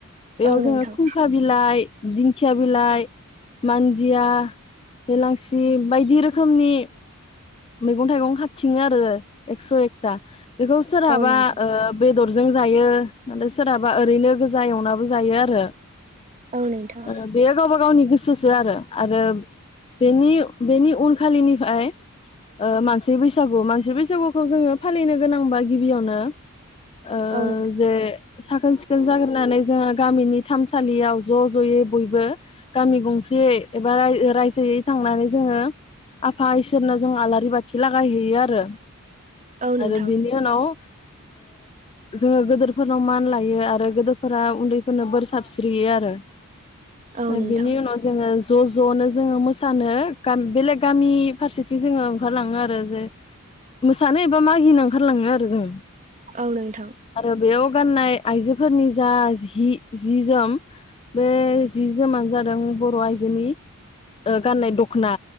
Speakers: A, on the left (about 25°); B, on the right (about 35°).
A: बेयाव
B: औ नोंथां
A: जोङो खुंखा बिलाइ दिंखिया बिलाइ मान्दिया हेलांसि जि बायदि रोखोमनि मैगं थाइगं खाथिं आरो एकस' एकथा बेखौ ओ‌
B: औ
A: बे
B: नोंथां
A: बेदरजों जायो नाथाय सोरहाबा ओरैनो गोजा एवनाबो जायो आरो
B: औ नोंथां
A: ओ बे गावबा गावनि सोसो आरो आरो बेनि बेनि उन खालिनिफ्राय ओ मानसि बैसागु मानसि बैसागुखौ जोङो फालिनो गोनांबा गिबियावनो ओ
B: औ नोंथां
A: जे साखोन सिखोन जाग्रोनानै जोङो गामिनि थामसालियाव ज' ज'यै बयबो गामि गंसेयै एबा रायजोयै थांनानै जोङो आफा इसोरनो जों आला रि बाथि लागायहैयो आरो
B: औ नोंथां
A: आरो बिनि उनाव ओ जोङो गोदोरफोरनाव मान लायो आरो गोदोरफोरा उन्दैफोरनो बोर साबस्रियो आरो
B: औ
A: ओ
B: नोंथां
A: बिनि उनाव जोङो ज' ज'नो जोङो मोसानो गामि बेलेग गामि फारसेथिं जोङो ओंखारलाङो आरो जे मोसानो एबा मागिनो ओंखारलाङो आरो जोङो
B: औ नोंथां
A: आरो बेयाव गाननाय आइजोफोरनि जा हि जि जोम बे जि जोमानो जादों बर' आइजोनि ओ गाननाय दख'ना